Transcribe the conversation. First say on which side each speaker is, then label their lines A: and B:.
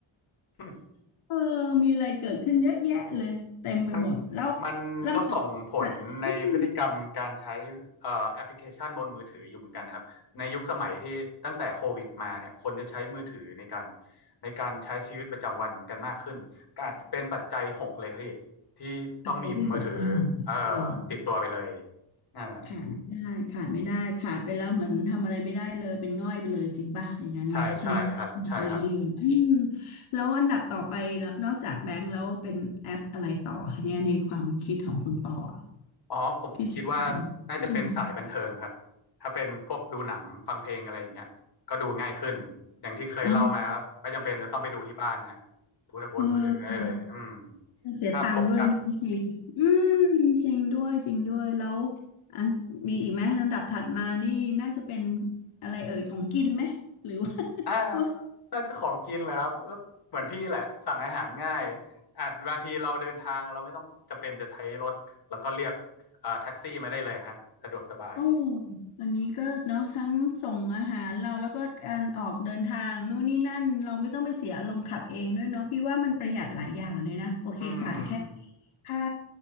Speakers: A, on the left (about 50°); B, on the left (about 85°).
A: <laughs>
B: เออมีอะไรเกิดขึ้นเยอะแยะเลยเต็มไปหมดแล้ว
A: มันมันก็ส่งผลในพฤติกรรมการใช้เอ่อแอปพลิเคชันบนมือถืออยู่เหมือนกันนะครับในยุคสมัยที่ตั้งแต่โควิดมาเนี่ยคนจะใช้มือถือในการ
B: ลำดับอืม
A: ในการใช้ชีวิตประจำวันกันมากขึ้นก็อาจจะเป็นปัจจัยหกเลยพี่ที่ต้องมีมือถือ
B: ปัจจัยที่หกอืมอืม
A: เอ่อติดตัวไปเลยอ่า
B: ขาดไม่ได้ขาดไม่ได้ขาดไปแล้วเหมือนทำอะไรไม่ได้เลยเป็นง่อยไปเลยจริงป่ะอย่างนั้นไหมเนาะอืมอืมอืม
A: ใช่ใช่ครับใช่ครับ
B: แล้วอันดับต่อไปแล้วนอกจากแบงก์แล้วเป็นแอปอะไรต่อคะเนี่ยในความคิดของคุณปออะ
A: อ๋อผมคิดว่าน่าจะเป็นสายบันเทิงครับ
B: ที่สำคัญอืม
A: ถ้าเป็นพวกดูหนังฟังเพลงอะไรอย่างเงี้ยก็ดูง่ายขึ้นอย่างที่เคยเล่ามาก็ไม่จำเป็นจะต้องไปดูที่บ้านฮะ
B: อ๋อ
A: ดูบนมือถือได้เลยอืม
B: เออ เสียตังค์ด้วยนะจริงอืมจริงด้วยจริงด้วยแล้ว
A: ภาพคมชัด
B: อันมีอีกไหมลำดับถัดมานี่น่าจะเป็นอะไรเอ่ยของกินไหมหรือว่า <laughs>
A: <laughs> อ่า
B: ว่า
A: น่าจะของกินแหละครับก็เหมือนพี่แหละสั่งอาหารง่ายอาจบางทีเราเดินทางเราไม่ต้องจำเป็นจะใช้รถแล้วก็เรียกเอ่อแท็กซี่มาได้เลยฮะสะดวกสบาย
B: โอ้อันนี้ก็เนาะทั้งส่งอาหารเราแล้วก็การออกเดินทางนู่นนี่นั่นเราไม่ต้องไปเสียอารมณ์ขับเองด้วยเนาะพี่ว่ามันประหยัดหลายอย่างเลยนะโอเคจ่ายแค่
A: อืม
B: ค่า